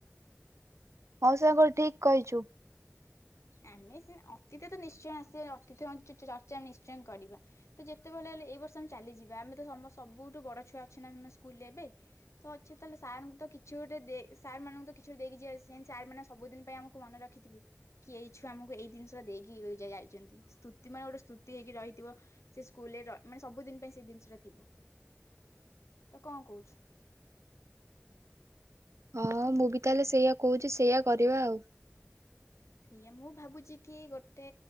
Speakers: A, on the right; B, on the left.
A: ହଉ ସାଙ୍ଗର ଠିକ କହିଛୁ।
B: ଆମେ ଅତୀତ ତ ନିଶ୍ଚୟ ଆସେ କି ଚଚ୍ଚା ମିଶ କରିବା ତ ଯେତେ ଭଲ ହେଲେ ଏଇ ବର୍ଷ ଆମେ ଚାଲିଯିବା ଆମେ ତ ସମ ସବୁଠୁ ବଡ ଛୁଆ ଅଛେ ନା ଆମେ ସ୍କୁଲରେ ଏବେ ତ ଅଛେ ତାହେଲେ ସାର୍ ଙ୍କୁ ତ କିଛି ଗୋଟେ ସାର୍ ମାନଙ୍କୁ ତ କିଛି ଗୋଟେ ଦେଇକି ଯିବା ସେ ସାର୍ ମାନେ ସବୁିନ ପାଇଁ ଆମକୁ ମନେ ରଖିଥିବେ। କି ଏଇ ଛୁଆ ଆମକୁ ଏଇ ଜିନିଷଟା ଦେଇକି ଯାଇଛନ୍ତି ସ୍ତୁତି ମାନେ ଗୋଟେ ସ୍ତୁତି ହେଇକି ରହିଥିବ ସେ ସ୍କୁଲରେ ମାନେ ସବୁଦିନ ପାଇଁ ସେଇ ଜିନିଷଟା ଥିବ ତ କଣ କହୁଛୁ?
A: ହଁ ମୁଁ ବି ତାହେଲେ ସେଇଆ କହୁଛି ସେଇଆ କରିବା ଆଉ।
B: ସେଇଏା ମୁଁ ଭାବୁଛି କି ଗୋଟେ